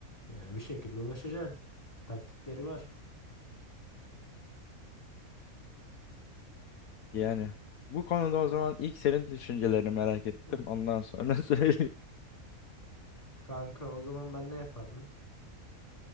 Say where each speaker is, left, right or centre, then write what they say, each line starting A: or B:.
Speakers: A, on the left; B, on the left.
A: Yani bir şekilde ulaşacaksın. Taktikleri var.
B: Yani bu konuda o zaman ilk senin düşüncelerini merak ettim.
A: <laughs>
B: Ondan sonra <laughs> söyle.
A: Kanka o zaman ben ne yapardım?